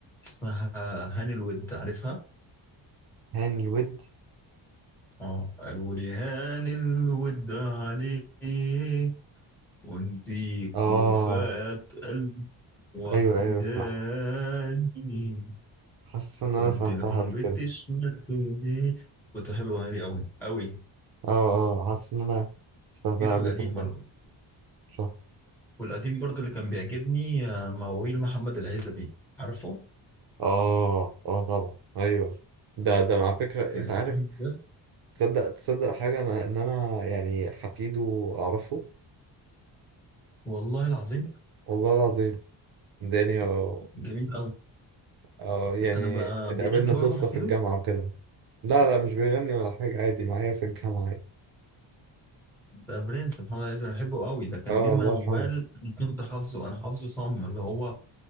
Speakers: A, in the centre; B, on the right.
A: اسمها هاني الود عارفها
B: هاني الود
A: اه قالوا لي هاني الود عليك ونديك
B: آه
A: وفاة قلبي وحداني
B: أيوه أيوه اسمعها حاسس إن أنا
A: قلت
B: سمعتها
A: لهم
B: قبل
A: بتشمتوا
B: كده
A: ليه كنت بحب الأغنية دي أوي أوي
B: اه اه حاسس ان انا سمعتها
A: جه في
B: قبل
A: القديم
B: كده فاهم
A: برضو
B: صح
A: والقديم برضو اللي كان بيعجبني آه، مواويل محمد العزبي عارفه؟
B: اه اه طبعا ايوه ده ده على فكره
A: سمعت
B: انت عارف
A: بجد؟
B: تصدق تصدق حاجه انا ان انا يعني حفيده اعرفه
A: والله العظيم
B: والله العظيم داني هو
A: جميل أوي
B: اه يعني
A: أنا ب-
B: اتقابلنا
A: بيغني برضه
B: صدفه
A: حفيده
B: في الجامعه وكده لا لا مش بيغني ولا حاجه عادي معايا في الجامعه عادي
A: ده برنس محمد العزبي أنا بحبه أوي ده كان
B: اه
A: ليه موال
B: الله يرحمه
A: أنا كنت حافظه أنا حافظه صم اللي هو